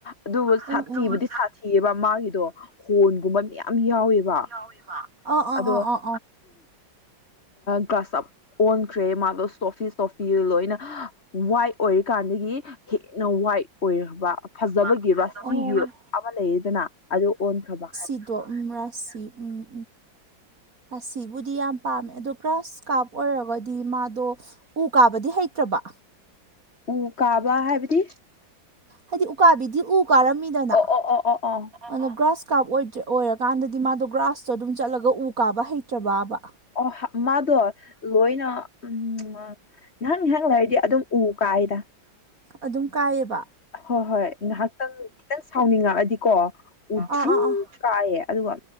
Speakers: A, on the left; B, on the right.
A: ꯑꯗꯨꯕꯨ ꯁꯥꯊꯤꯕꯨꯗꯤ
B: ꯎꯝ ꯎꯝ ꯎꯝ
A: ꯁꯥꯊꯤꯑꯕ ꯃꯥꯒꯤꯗꯣ ꯍꯣꯔꯟꯒꯨꯝꯕ ꯃꯌꯥꯝ ꯌꯥꯎꯋꯦꯕ
B: <unintelligible>
A: ꯑꯗꯣ
B: ꯑꯥ ꯑꯥ
A: ꯒ꯭ꯂꯥꯁ ꯑꯞ ꯑꯣꯟꯈ꯭ꯔꯦ ꯃꯥꯗꯣ ꯁꯣꯐꯤ ꯁꯣꯐ ꯐꯤꯜ ꯂꯣꯏꯅ ꯋꯥꯏ ꯑꯣꯏꯔꯤꯀꯥꯟꯗꯒꯤ ꯍꯦꯟꯅ ꯋꯥꯏꯠ ꯑꯣꯏꯔꯕ ꯐꯖꯕꯒꯤꯔꯥ
B: ꯑꯥ
A: ꯁꯤꯒꯤ
B: ꯑꯣ
A: ꯑꯃ ꯂꯩꯌꯦꯗꯅ ꯑꯗꯨ ꯑꯣꯟꯈ꯭ꯔꯕ ꯍꯥꯏꯕ
B: ꯏꯗꯣ ꯎꯝ ꯔꯥꯁꯤ ꯎꯝ ꯑꯁꯤꯕꯨꯗꯤ ꯌꯥꯝ ꯄꯥꯝꯃꯦ ꯑꯗꯣ ꯀꯔꯥꯁ ꯀꯥꯞ ꯑꯣꯏꯔꯒꯗꯤ ꯃꯥꯗꯣ ꯎ ꯀꯥꯕꯗꯤ ꯍꯩꯇ꯭ꯔꯕ
A: ꯎ ꯀꯥꯕ ꯍꯥꯏꯕꯗꯤ
B: ꯍꯥꯏꯗꯤ ꯎꯀꯥꯕꯤꯗꯤ ꯎ ꯀꯥꯔꯝꯃꯤꯗꯅ
A: ꯑꯣ ꯑꯣ ꯑꯣ ꯑꯣ ꯑꯣ
B: ꯑꯗꯣ ꯒ꯭ꯔꯥꯁ ꯀꯥꯞ ꯑꯣꯏꯗ꯭ꯔꯦ ꯑꯣꯏꯔꯀꯥꯟꯗꯗꯤ ꯃꯥꯗꯣ ꯒ꯭ꯔꯥꯁꯇꯣ ꯑꯗꯨꯝ ꯆꯠꯂꯒ ꯎ ꯀꯥꯕ ꯍꯩꯇ꯭ꯔꯕꯕ
A: ꯑꯣ ꯃꯥꯗꯣ ꯂꯣꯏꯅ ꯎꯝ ꯉꯥꯏꯍꯥꯛ ꯉꯥꯏꯍꯥꯛ ꯂꯩꯔꯗꯤ ꯑꯗꯨꯝ ꯎ ꯀꯥꯏꯗ
B: ꯑꯗꯨꯝ ꯀꯥꯏꯑꯕ
A: ꯍꯣꯏ ꯍꯣꯏ ꯉꯍꯥꯛꯇꯪ ꯈꯤꯇꯪ ꯁꯥꯎꯅꯤꯡꯉꯛꯑꯗꯤꯀꯣ ꯎꯗꯔ꯭ꯤꯡ
B: ꯑꯥ ꯑꯥ ꯑꯥ
A: ꯀꯥꯏꯌꯦ ꯑꯗꯨꯒ